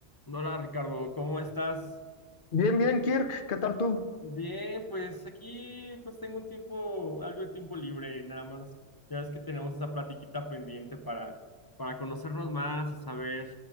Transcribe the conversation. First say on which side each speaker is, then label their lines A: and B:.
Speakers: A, on the left (about 25°); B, on the left (about 45°).
A: Hola Ricardo, ¿cómo estás?
B: Bien, bien, Kirk, ¿qué tal tú?
A: Bien, pues aquí pues tengo un tiempo, algo de tiempo libre, nada más. Ya es que tenemos esa platiquita pendiente para, para conocernos más y saber,